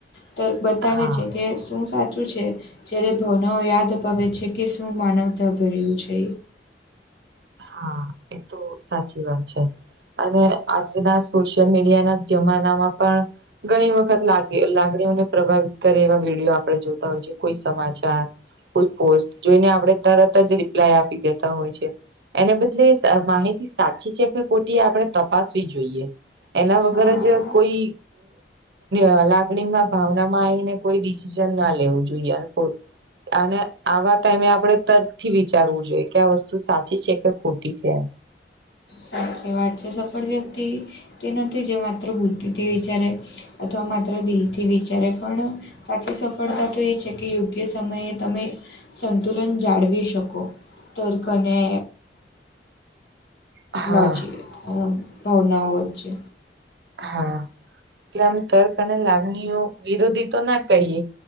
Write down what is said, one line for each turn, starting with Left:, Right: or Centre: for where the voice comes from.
Left: તર્ક બતાવે
Right: હા
Left: છે કે શું સાચું છે જ્યારે ભાવનાઓ યાદ અપાવે છે કે શું માનવતા ભર્યું છે
Right: હા એ તો સાચી વાત છે અને આજના સોશિયલ મીડિયા ના જમાનામાં પણ ઘણી વખત લાગે લાગણીઓને પ્રભાવિત કરે એવા વિડીયો આપણે જોતા હોય છેએ કોઈ સમાચાર ફુલ પોસ્ટ જોઈને આપણે તરત જ રિપ્લાય આપી દેતા હોય છે એને બદલે માહિતી સાચી છે કે કોટી આપણે તપાસવી જોઈએ એના વગર
Left: હા
Right: જ કોઈ અ લાગણીમાં ભાવનામાં આવીને કોઈ ડિસિઝન ના લેવું જોઈએ અને અને આવા ટાઈમે આપણેે તર્ક થી વિચારવું જોઈએ કે આ વસ્તુ સાચી છે કે ખોટી છે એમ
Left: સાચી વાત છે સફળ વ્યક્તિ તે નથી જે માત્ર બુદ્ધિથી વિચારે અથવા માત્ર દિલથી વિચારે પણ સાચી સફળતા તો એ છે કે યોગ્ય સમયે તમે સંતુલન જાળવી શકો તખને
Right: હા
Left: લોજી ભાવનાઓ વ્ છે
Right: હા કે આમ તર્પણે લાગણીઓ વિરોધી તો ના કહીએ